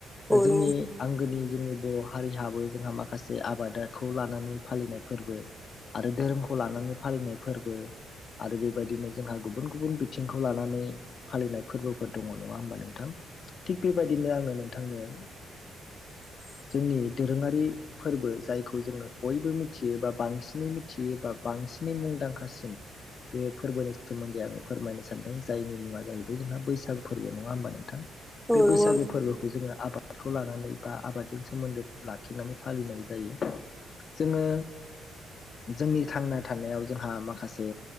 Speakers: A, in the centre; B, on the left.
A: औ
B: जोंनि
A: नंगौ
B: आंगोनि जोंनि बर' हारिहाबो जोंहा माखासे आबादखौ लानानै फालिनाय फोरबो आरो धोरोमखौ लानानै फालिनाय फोरबो आरो बेबायदिनो जोंहा गुबुन गुबुन बिथिंखौ लानानै फालिनाय फोरबोफोर दङ नङा होमबा नोंथां थिग बेबायदिनो आङो नोंथांनो
A: <inaudible>
B: जोंनि दोरोङारि फोरबो जायखौ जोङो बयबो मिथियो बा बांसिनै मिथियो बा बांसिनै मुंदांखासिम बे फोरबोनि सोमोन्दै आङो फोरमायनो सानदों जायनि मुङा जाहैबाय जोंहा बैसागो फोरबो नङा होमबा नोंथां?
A: औ
B: बे
A: नंगौ
B: बैसागु फोरबोखौ जोङो आबादखौ लानानै- बा आबादजों सोमोन्दो लाखिनानै फालिनाय जायो जोङो जोंनि थांना थानायाव जोंहा माखासे